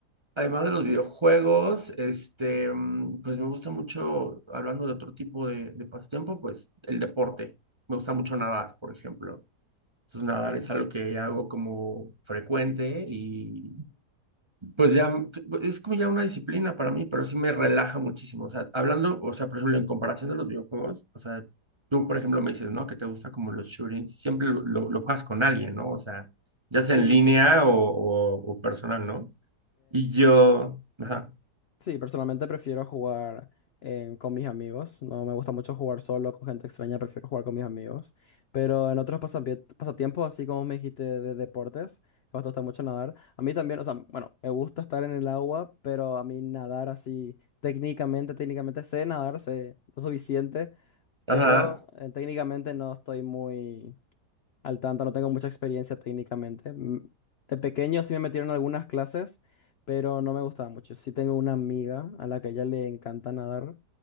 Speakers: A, on the right (about 20°); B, on the left (about 70°).
A: Además de los videojuegos, este, mm, pues me gusta mucho, hablando de otro tipo de, de pasatiempo, pues el deporte. Me gusta mucho nadar, por ejemplo. Entonces, nadar
B: Sí,
A: es algo que hago como frecuente y, Pues ya, es como ya una disciplina para mí, pero sí me relaja muchísimo. O sea, hablando, o sea, por ejemplo, en comparación de los videojuegos, o sea, tú, por ejemplo, me dices, ¿no? Que te gusta como los shootings, siempre lo, lo, lo juegas con alguien, ¿no? O sea, ya sea
B: sí,
A: en línea
B: sí.
A: o, o, o personal, ¿no? Y yo, ajá,
B: Sí, personalmente prefiero jugar en- con mis amigos. No me gusta mucho jugar solo con gente extraña, prefiero jugar con mis amigos. Pero en otros pasapie- pasatiempos, así como me dijiste de deportes, que a vos te gusta mucho nadar. A mí también, o sea, bueno, me gusta estar en el agua, pero a mí nadar así técnicamente, técnicamente sé nadar, sé lo suficiente,
A: ajá,
B: pero eh, técnicamente no estoy muy... Al tanto, no tengo mucha experiencia técnicamente. Mm, De pequeño sí me metieron en algunas clases, pero no me gustaba mucho. Sí tengo una amiga a la que a ella le encanta nadar